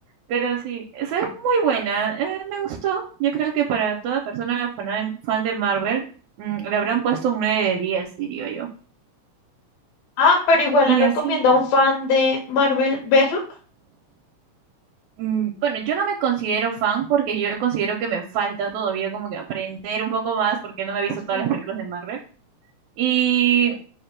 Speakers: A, on the right; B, on the left.
A: Pero sí, esa es muy buena, eh, me gustó. Yo creo que para toda persona fan, fan de Marvel, mm, le habrán puesto un nueve de diez diría yo.
B: Ah, pero igual
A: Y
B: le recomiendo
A: así,
B: a un fan de Marvel verlo.
A: mm, bueno, yo no me considero fan porque yo considero que me falta todavía como que aprender un poco más porque no me he visto
B: Ujú.
A: todas las películas de Marvel. Y